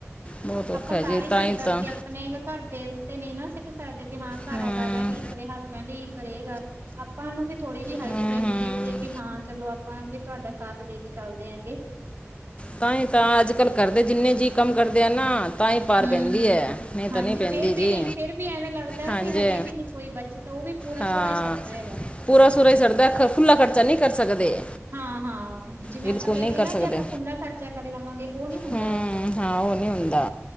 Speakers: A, on the left; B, on the right.
A: ਬਹੁਤ ਔਖਾ
B: ਆਪਾਂ ਸਾਰੇ
A: ਹੈ ਜੀ
B: ਈ ਸਿਰ
A: ਤਾਂ ਹੀ
B: ਦਰਦੀ
A: ਤਾਂ
B: ਆਪ ਆਪਣੇ ਘਰ ਦੇ ਉੱਤੇ ਨਈ ਨਾ ਸਿੱਟ ਸਕਦੇ। ਹਾਂ ਘਰਵਾਲਾ
A: ਹੂੰ
B: ਹੀ ਕਰੇਹਾ, ਹਸਬੈਂਡ ਹੀ ਕਰੇਗਾ। ਆਪਾਂ ਨੂੰ ਵੀ ਥੋੜ੍ਹੀ ਜੀ ਹੈਲਪ
A: ਹੂੰ
B: ਦੇਣੀ
A: ਹੂੰ
B: ਚਾਈਦੀ ਹੈ ਵੀ ਹਾਂ ਚਲੋ ਆਪਾਂ ਵੀ ਤੁਹਾਡਾ ਸਾਥ ਦੇ ਕੇ ਚੱਲਦੇ ਐ ਗੇ।
A: ਤਾ ਈ ਤਾਂ, ਅੱਜ ਕੱਲ ਘਰਦੇ ਜਿੰਨੇ ਜੀਅ ਕੰਮ ਕਰਦੇ ਆ ਨਾ ਤਾਂ ਹੀ ਪਾਰ
B: ਹੂੰ।
A: ਪੈਂਦੀ ਹੈ। ਨਈ
B: ਹਾਂਜੀ
A: ਤਾਂ ਨਈ ਪੈਂਦੀ
B: ਫੇਰ
A: ਜੀ,
B: ਵੀ ਨੀ ਫੇਰ ਵੀ ਐਵੇਂ ਲੱਗਦਾ
A: ਹਾਂਜੀ।
B: ਵੀ ਹਜੇ ਵੀ ਨੀ ਕੋਈ ਬੱਚਤ ਉਹ ਵੀ ਪੂਰਾ
A: ਹਾਂ
B: ਸੂਰਾ ਹੀ ਸਰਦਾ ਹੈਗਾ।
A: ਪੂਰਾ ਸੂਰਾ ਈ ਸਰਦਾ ਖੁੱਲਾ ਖਰਚਾ ਨਹੀਂ ਕਰ ਸਕਦੇ।
B: ਹਾਂ -ਹਾਂ ਜਿਵੇਂ
A: ਬਿਲਕੁਲ
B: ਆਪਾਂ ਕਹਿ
A: ਨਹੀਂ
B: ਦੀਏ
A: ਕਰ
B: ਨਾ
A: ਸਕਦੇ
B: ਵੀ ਆਪਾਂ ਖੁੱਲਾ ਖਰਚਾ ਕਰ ਲਵਾਂਗੇ ਉਹ ਨੀ ਹੁੰਦਾ
A: ਹੂੰ
B: ਆਪਣੇ।
A: ਹਾਂ ਉਹ ਨੀ ਹੁੰਦਾ।